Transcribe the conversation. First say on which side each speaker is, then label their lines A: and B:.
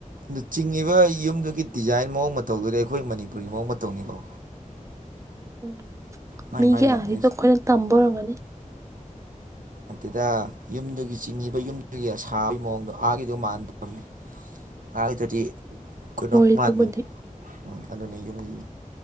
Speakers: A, on the right; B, on the right.
A: ꯑꯗ ꯆꯤꯡꯉꯤꯕ ꯌꯨꯝꯗꯨꯒꯤ ꯗꯤꯖꯥꯏꯟ ꯃꯑꯣꯡ ꯃꯇꯧꯗꯨꯗꯤ ꯑꯩꯈꯣꯏ ꯃꯅꯤꯄꯨꯔꯒꯤ ꯃꯑꯣꯡ ꯃꯇꯧꯅꯤꯀꯣ
B: ꯎꯝ
A: ꯃꯥꯏ
B: ꯃꯤꯒꯤ
A: ꯃꯥꯏ
B: ꯑꯥꯔꯤꯗꯣ
A: ꯂꯝꯒꯤ
B: ꯑꯩꯈꯣꯏꯅ ꯇꯝꯕꯔꯝꯒꯅꯤ
A: ꯑꯗꯨꯗ ꯌꯨꯝꯗꯨꯒꯤ ꯆꯤꯡꯉꯤꯕ ꯌꯨꯝꯗꯨꯒꯤ ꯑ ꯁꯥꯥꯕꯒꯤ ꯃꯑꯣꯡꯗꯣ ꯑꯥꯒꯤꯗꯣ ꯃꯥꯟꯅꯗꯕꯅꯤ ꯍꯥꯏ ꯇꯗꯤ ꯀꯩꯅꯣꯃꯅꯤ
B: ꯂꯣꯏꯔꯤꯗꯨꯕꯨꯗꯤ
A: ꯎꯝ ꯑꯗꯨꯅ ꯌꯨꯝꯒꯤ